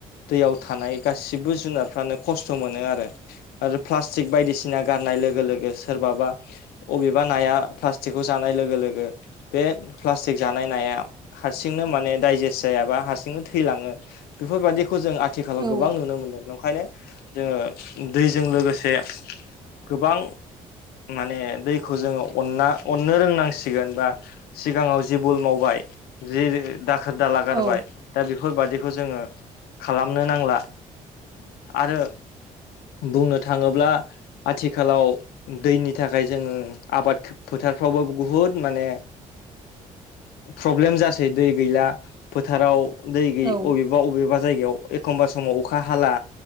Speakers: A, on the left (about 80°); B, on the right (about 25°).
A: दैयाव थानाय गासिबो जुनारफ्रानो खस्थ' मोनो आरो आरो प्लास्टिक बायदिसिना गारनाय लोगो लोगो सोरबाबा अबेबा नाया प्लास्टिकखौ जानाय लोगो लोगो बे प्लास्टिक जानाय नाया हारसिंनो माने डाइजेस्ट जायाबा हारसिंनो थैलाङो बेफोरबायादिखौ जों आथिखालाव
B: औ
A: गोबां नुनो मोनदों ओंखायनो जोङो दैजों लोगोसे गोबां माने दैखौ जोङो अनना अननो रोंनांसिगोन बा सिगाङाव जि बल मावबाय जि दाखोर दालागारबाय
B: औ
A: दा बेफोरबायादिखौ बेखौ जोङो खालामनो नांला आरो बुंनो थाङोब्ला आथिखालाव दैनि थाखाय जोङो आबादखौ फोथारफ्रावबो बुहुत माने प्रब्लेम जासै दै गैला फोथाराव दै गै
B: औ
A: अबेबा अबेबा जायगायाव एखमबा समाव अखा हाला